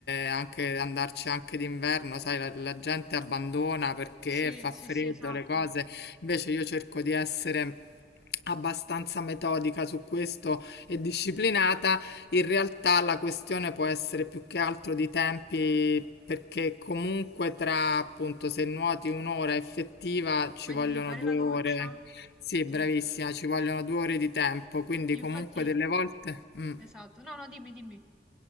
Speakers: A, on the left; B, in the centre.
A: anche andarci anche d'inverno, sai, la, la gente abbandona perché
B: Sì,
A: fa
B: sì,
A: freddo,
B: sì, esatto.
A: le cose, Invece io cerco di essere abbastanza metodica su questo e disciplinata, in realtà la questione può essere più che altro di tempi. Perché comunque tra appunto se nuoti un'ora effettiva ci
B: Poi
A: vogliono
B: ti devi fare
A: due
B: la doccia.
A: ore. Sì,
B: Ti-
A: bravissima, ci vogliono due ore di tempo, quindi comunque
B: Infatti,
A: delle volte. Mm.
B: esatto. No, no, dimmi, dimmi.